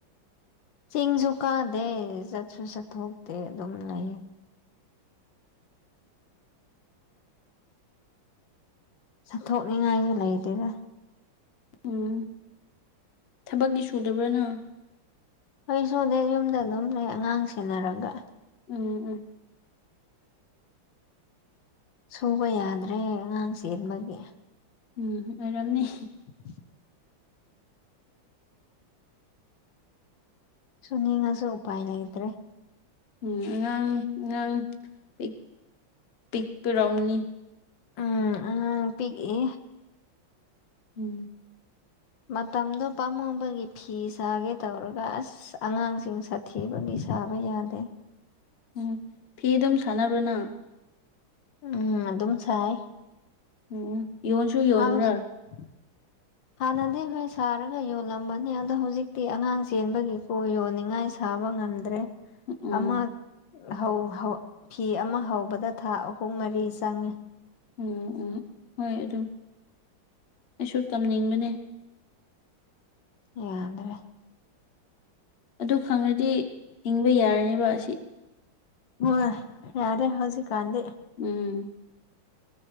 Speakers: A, on the left; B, on the left.
A: ꯆꯤꯡꯖꯨ ꯀꯥꯗꯦ ꯆꯠꯁꯨ ꯆꯠꯊꯣꯛꯇ‌ꯦ ꯑꯗꯨꯝ ꯂꯩ ꯆꯠꯊꯣꯛꯅꯤꯡꯉꯥꯏꯒ ꯂꯩꯇꯦꯗ
B: ꯎꯝ ꯊꯕꯛꯇꯤ ꯁꯨꯗꯕ꯭ꯔ ꯅꯪ
A: ꯑꯩ ꯁꯨꯗ‌ꯦ ꯌꯨꯝꯗ ꯑꯗꯨꯝ ꯂꯩ ꯑꯉꯥꯡ ꯁꯦꯟꯅꯔꯒ
B: ꯎꯝ ꯎꯝ
A: ꯁꯨꯕ ꯌꯥꯗ꯭ꯔꯦ ꯑꯉꯥꯡ ꯆꯦꯟꯕꯒꯤ ‌
B: ꯎꯝ ꯑꯣꯏꯔꯝꯅꯤ
A: <inaudible> ꯁꯨꯅꯤꯡꯉꯁꯨ ꯎꯄꯥꯏ ꯂꯩꯇ꯭ꯔ‌ꯦ
B: ꯎꯝ ꯑꯉꯥꯡ ꯑꯉꯥꯡ ꯄꯤꯛ ꯄꯤꯛꯄꯩ ꯑ‌ꯣꯏꯔꯝꯅꯤ
A: ꯎꯝ ꯑꯉꯥꯡ ꯄꯤꯛꯏ
B: ꯎꯝ
A: ꯃꯇꯝꯗꯣ ꯄꯥꯝꯃꯨꯕꯒꯤ ꯐꯤ ꯁꯥꯒꯦ ꯇꯧꯔꯒ ꯑꯁ ꯑꯉꯥꯡꯁꯤꯡ ꯁꯥꯊꯤꯕꯒꯤ ꯁꯥꯕ ꯌꯥꯗꯦ
B: ꯎꯝ ꯐꯤ ꯑꯗꯨꯝ ꯁꯥꯟꯅꯕ꯭ꯔ ꯅꯪ
A: ꯎꯝ ꯑꯗꯨꯝ ꯁꯥꯏ
B: ꯎꯝ ꯌꯣꯟꯁꯨ ꯌꯣꯟꯕ꯭ꯔꯥ
A: ꯍꯥꯎ ꯁ‌ꯦ ꯍꯥꯟꯅꯗꯤ ꯑꯩꯈꯣꯏ ꯁꯥꯔꯒ ꯌꯣꯜꯂꯝꯕꯅꯦ ꯑꯗꯣ ꯍꯧꯖꯤꯛꯇꯤ ꯑꯉꯥꯡ ꯆꯦꯟꯕꯒꯤ ꯌꯣꯟꯅꯤꯡꯉꯥꯏ ꯁꯥꯕ ꯉꯝꯗ꯭ꯔꯦ
B: ꯎꯝ
A: ꯑꯃ ꯍꯧ ꯍꯧ ꯐꯤ ꯑꯃ ꯍꯧꯕꯗ ꯊꯥ ꯑꯍꯨꯝ ꯃꯔꯤ ꯆꯪꯉꯤ
B: ꯎꯝ ꯎꯝ ꯍꯣꯏ ꯑꯗꯨꯝ ꯑꯩꯁꯨ ꯇꯝꯅꯤꯡꯕꯅꯦ
A: ꯌꯥꯗ꯭ꯔꯦ
B: ꯑꯗꯨ ꯈꯪꯉꯗꯤ ꯍꯤꯡꯕ ꯌꯥꯔꯅꯦꯕ ꯑꯁꯤ
A: ꯍ‌ꯣꯏ ꯌꯥꯔꯦ ꯍꯧꯖꯤꯛꯀꯥꯟꯗꯤ
B: ꯎꯝ